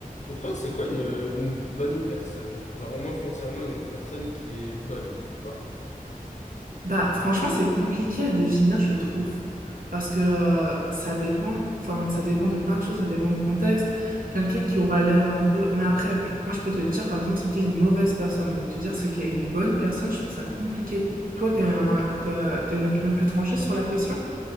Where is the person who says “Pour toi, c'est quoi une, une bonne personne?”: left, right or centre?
Left